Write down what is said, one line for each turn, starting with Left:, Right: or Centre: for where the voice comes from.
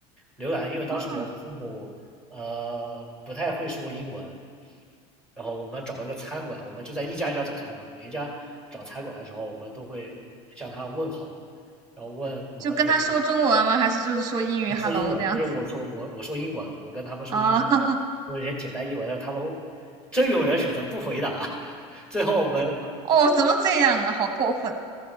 Centre: 浏览，因为当时我父母呃不太会说英文，
Right: 啊，
Centre: 然后我们找了个餐馆，我们就在一家一家找餐馆，每一家找餐馆的时候，我们都会向他问好，然后问我们可以在
Right: 就跟他说中文吗？还是就是说英语 “hello”
Centre: 说英文，
Right: 这样子
Centre: 就是我说我我说英文，我跟他们说英文，
Right: 啊？<laughs>
Centre: 有些简单英文，让他们真有人选择不回答，<laughs> 最后我们
Right: 哦，怎么这样啊？好过分